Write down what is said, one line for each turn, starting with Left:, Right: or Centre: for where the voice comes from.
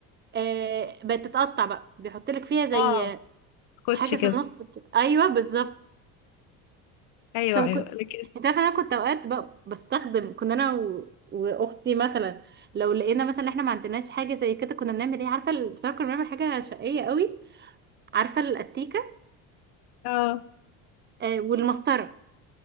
Right: آه، بقت تتقطع بقى بيحط لك فيها زي
Left: اه سكوتش
Right: حاجه
Left: كده
Right: في النص كده ايوه بالظبط
Left: ايوه
Right: طب
Left: ايوه
Right: كنت
Left: لكن
Right: انت عارفه انا كنت اوقات بقى بستخدم كنا انا و... واختي مثلا لو لقينا مثلا احنا ما عندناش حاجه زي كده كنا بنعمل ايه عارفه ال- بصراحه كنا بنعمل حاجه شقيه قوي عارفه الاستيكه
Left: اه
Right: آه، والمسطره